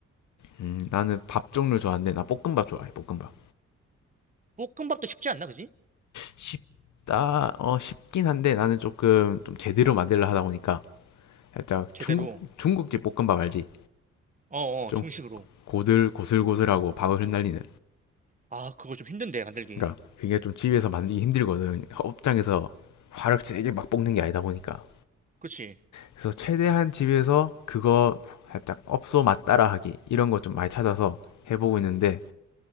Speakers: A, on the left; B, on the right.
A: 음, 나는 밥 종류 좋아하는데 나 볶음밥 좋아해. 볶음밥.
B: 볶음밥도 쉽지 않나 그지?
A: 쉽다, 어, 쉽긴 한데 나는 조금 좀 제대로 만들려 하다 보니까 살짝
B: 제대로.
A: 중국, 중국집 볶음밥 알지?
B: 어어
A: 좀
B: 중식으로.
A: 고들, 고슬고슬하고 밥을 흩날리는.
B: 아 그거 좀 힘든데 만들기.
A: 그러니까 그게 좀 집에서 만들기 힘들거든. 업장에서 화를 세게 막 볶는 게 아니다 보니까.
B: 그렇지.
A: 그래서 최대한 집에서 그거 살짝 업소 맛 따라하기 이런 거 좀 많이 찾아서 해보고 있는데